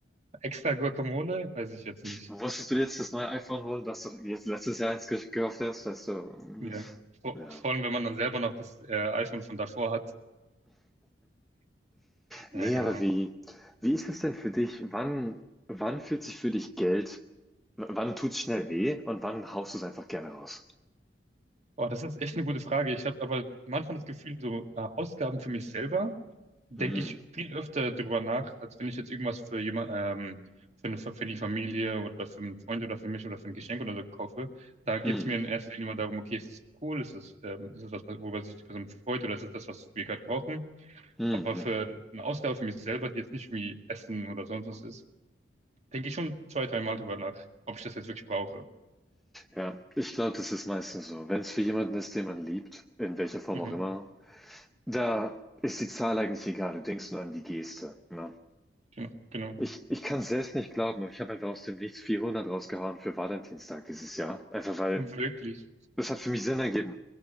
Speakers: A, on the right (about 40°); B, in the centre.
A: extra Guacamole, weiß ich jetzt nicht.
B: Musstest du jetzt das neue iPhone holen, dass du jetzt letztes Jahr eins ge- gekauft hast? Weißt du, mm,
A: Ja. Vor,
B: ja.
A: vor allem, wenn man dann selber noch das äh, iPhone von davor hat.
B: Nee,
A: Ja, keine
B: aber
A: Ahnung.
B: wie, wie ist das denn für dich? Wann, wann fühlt sich für dich Geld, w- wann tut es schnell weh und wann haust du es einfach gerne raus?
A: Oh, das ist echt eine gute Frage. Ich habe aber manchmal das Gefühl, so äh, Ausgaben für mich selber, denke
B: Mm,
A: ich viel öfter drüber nach, als wenn ich jetzt irgendwas für jemand, ähm, für eine, für die Familie oder für einen Freund oder für mich oder für ein Geschenk oder so kaufe. Da geht
B: mm,
A: es mir in erster Linie immer darum, okay, ist es cool, ist es, ähm, ist es was, worüber sich die Person freut oder ist es das, was wir gerade brauchen?
B: mm,
A: Aber
B: mm.
A: für eine Ausgabe für mich selber, die jetzt nicht irgendwie Essen oder sonst was ist, denke ich schon zwei, dreimal drüber nach, ob ich das jetzt wirklich brauche.
B: Ja, ich glaube, das ist meistens so. Wenn es für jemanden ist, den man liebt, in welcher Form
A: Mhm.
B: auch immer, da ist die Zahl eigentlich egal. Du denkst nur an die Geste. Ne?
A: Genau, genau.
B: Ich, ich kann es selbst nicht glauben, aber ich habe einfach aus dem Nichts 400 rausgehauen für Valentinstag dieses Jahr. Einfach weil
A: Wirklich.
B: Das hat für mich Sinn ergeben.